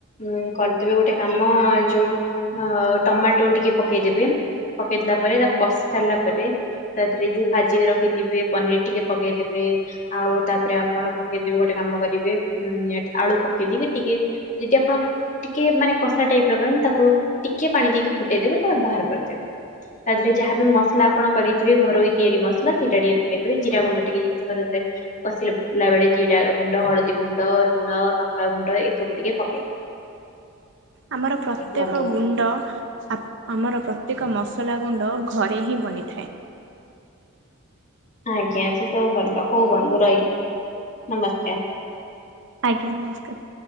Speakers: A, on the left; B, on the right.
A: ଉଁ କରିଦେବେ ଗୋଟେ କାମ ଯୋଉ ଟମାଟୋ ଟିକେ ପକେଇଦେବେ। ପକେଇଦେଲା ପରେ ତାକୁ କଷି ସାରିଲା ପରେ ତାଦିହରେ ଯୋଉ ଭାଜିିକି ରଖିଥିବେ ପନିର ଟିକେ ପକେଇଦେବେ ଆଉ ତା ଫୁଟଣ ପକେଇଦେବେ ଗୋଟେ କାମ କରିବେ, ଉ ଆଳୁ ପକେଇଦକି ଟିକେ ମିନିମମ୍ ଟିକେ ମାନେ କଷା ଟାଇପ ର କ ତାକୁ ଟିକେ ପାଣି ଦେଇକି ଫୁଟେଇଦେବେ ତା ବାହାର କରିଦେବେ। ତା ଦେହରେ ଯାହା ବି ମସଲା ଆପଣ କରଥିବେ ଘରୋଇ ତିଆରି ମସଲା ସେଇଟା ଟିକେ ପକେଇଦେବେ, ଜିରା ଗୁଣ୍ଡ ଟିକେଥ ସେରେ <unintelligible> ପିଲା ବେଳେ ଜିରା ଗୁଣ୍ଡ ହଳଦୀ ଗୁଣ୍ଡ ଲୁଣ ଲଙ୍କାଗୁଣ୍ଡ ଏସବୁ ଟିକେ ଏ
B: ଆମର ପ୍ରତ୍ୟେକ
A: ବନ୍ଧୁ
B: ଗୁଣ୍ଡ ଆ ଆମର ପ୍ରତ୍ୟେକ ମସଲା ଗୁଣ୍ଡ ଘରେ ହିଁ ବନିଥାଏ।
A: ଆଜ୍ଞା ସେ ସବୁ ଭଲ ହଉ ବନ୍ଧୁ ରହିଲି ନମସ୍କାର।
B: ଆଜ୍ଞା ନମସ୍କାର।